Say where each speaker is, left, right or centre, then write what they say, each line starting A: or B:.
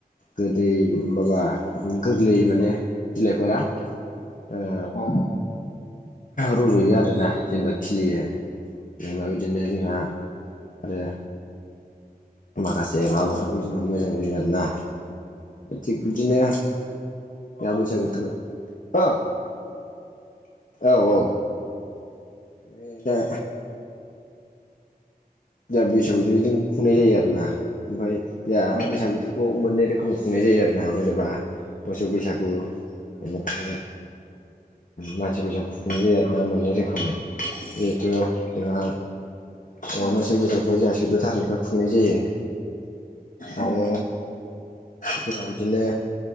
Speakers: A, on the left; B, on the left.
A: गोदै माबा गोरलै माने बिलाइफोरा ओ
B: अं।
A: रज'यो आरोना जेनेबा खिलियो जेनेबा बिदिनो जोंहा आरो माखासे माबाफ्राबो बिदिनो मोजां जायो आरोना थिग बिदिनो दा बैसागु बोथोर ओं औ-औ। ओं दे। जा बैसाग बोथोर बिदिनो खुंनाय जायो आरोना ओमफाय जा
B: औ
A: बैसाग बोथोरखौ मोननै रोखोम खुंनाय जायो आरोना जेनेबा मोसौ बैसागु बेनिफ्राय मानसि फैसा खुुंनाय जायो आरो ना मोननै रो खोमै जिहतु जोंहा ओ
B: औ
A: मोस बैसागुखौहाय जोंहा सैद' थारिखनिफ्राय खुंनाय जायो
B: औ
A: आरो जोंहा बिदिनो